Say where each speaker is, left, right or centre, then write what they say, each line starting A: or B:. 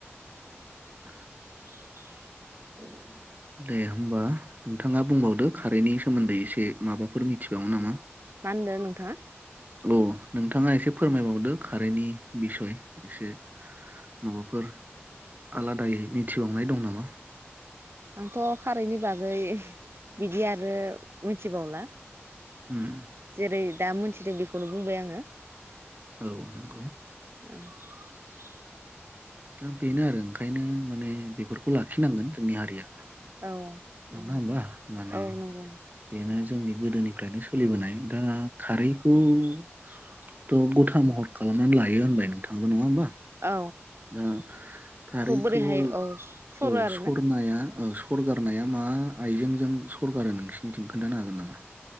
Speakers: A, on the right; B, on the right.
A: <inaudible>
B: <inaudible>
A: दे होमबा नोंथाङा बुंबावदो खारैनि सोमोन्दै एसे माबाफोर मिथिबावोन नामा?
B: मा होनदों नोंथाङा?
A: औ नोंथाङा एसे फोरमायबावदो खारैनि बिसय एसे माबाफोर आलादायै मिथिबावनाय दं नामा?
B: आंथ' खारैनि बागै बिदि आरो मिथिबावला।
A: ह <inaudible>
B: जेरै दा मोनथिदों बेखौनो बुंबाय आङो।
A: औ नंगौ।
B: <inaudible>
A: दा बेनो आरो ओंखायनो माने बेफोरखौ लाखिनांगोन जोंनि हारिया
B: औ
A: नङा
B: औ
A: होमबा माने
B: औ नंगौ
A: बेनो जोंनि गोदोनि ओमफ्रायन सोलिबोनाय दा खारैखौथ' गथा महर खालामनानै लायो होनबाय नोंथाङबो नङा होमबा?
B: औ
A: ओ खारैखौ
B: बोरैहाय औ सरो
A: औ
B: आरोना
A: सरनाया ओ सरगारनाया मा आइजेंजों सरगारो नोंसिनिथि खोन्थानो हागोन नामा?